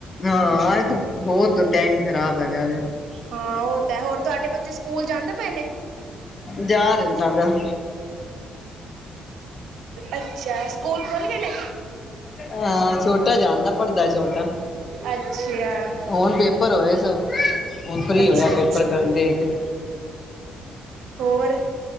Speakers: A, on the left; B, on the right.
A: ਹਾਂ ਬਹੁਤ ਟਾਈਮ ਖ਼ਰਾਬ ਹੈਗਾ ਵ
B: ਹਾਂ ਉਹ ਤਾਂ ਹੋਰ ਤੁਹਾਡੇ ਬੱਚੇ ਸਕੂਲ ਜਾਂਦੇ ਪਏ ਨੇ
A: ਜਾ ਰਹੇ ਨੇ
B: ਅੱਛਾ ਸਕੂਲ ਖੁੱਲ ਗਏ ਨੇ
A: ਹਾਂ ਛੋਟਾ ਜਾਣਦਾ ਪਰਦਾ ਛੋਟਾ
B: ਅੱਛਾ
A: ਹੁਣ ਪੇਪਰ ਹੋਏ ਸ ਹੁਣ ਫਰੀ
B: ਅੱਛਾ
A: ਹੋਇਆ ਪੇਪਰ
B: ਅੱਛਾ
A: ਦੇ ਕੇ
B: ਹੋਰ।